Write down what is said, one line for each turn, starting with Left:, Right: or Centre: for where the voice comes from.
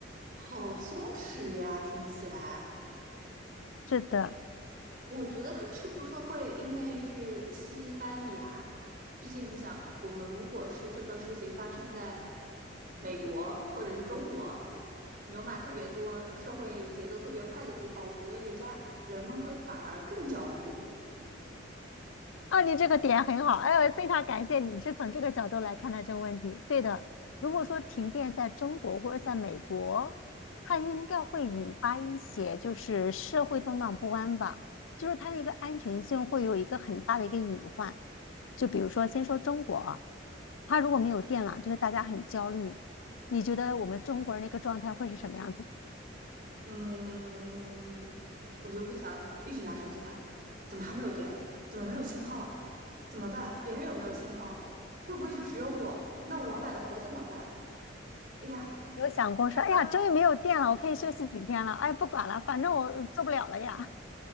Right: 好松弛呀，听起来。
Left: 是的，
Right: 我觉得他是不是会因为是西班牙？毕竟你想，我们如果是这个事情发生在美国或者是中国，牛马特别多、社会节奏特别快的地方，我觉得人家人们会反而更焦虑。
Left: 啊，你这个点很好，哎呦，非常感谢你是从这个角度来看待这个问题。对的，如果说停电在中国或者在美国，它应该会引发一些就是社会动荡不安吧，就是它的一个安全性会有一个很大的一个隐患。就比如说，先说中国啊，它如果没有电了，就是大家很焦虑。你觉得我们中国人的一个状态会是什么样子的
Right: 嗯，我就会想一直拿手机看，怎么还没有电？怎么没有信号？怎么办？别人有没有信号？会不会就只有我？那我老板的活怎么办？哎呀，
Left: 有想过说，
Right: <laughs>
Left: 哎呀，终于没有电了，我可以休息几天了。哎，不管了，反正我做不了了呀。